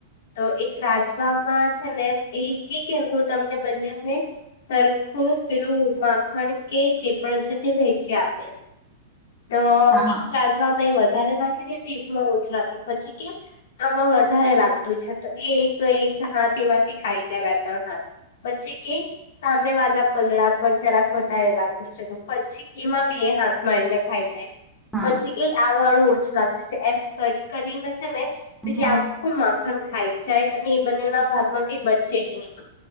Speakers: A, on the left; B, in the centre.
A: તો એ ત્રાજમાં છે ને એ કેય કે હું તમને બંનેને સરખું પેલુ માખણ કે જે પણ છે તે વહેચી આપીશ તો
B: હા હા
A: એક તેરજવામાં વધારે નાખી દે તી એકમાં ઓછું નાખે પછી કેય આમાં વધારે લાગતું છે તો એ એક એક હાથ એમાંથી ખાઈ જાય બે ત્રણ હાથ પછી કે સામે વાલા પલળા પર જરાક વધારે લાગતું છે તો પછી એમાં બી એ હાથ મારીને ખાઈ જાય
B: હા
A: પછી કે આ વાળું ઓછું લાગતું છે એમ કરી કરીને છે ને પેલી
B: હા
A: આખું માખણ ખાઈ જાય અને એ બંનેના ભાગમાં કઈ બચે જ નહીં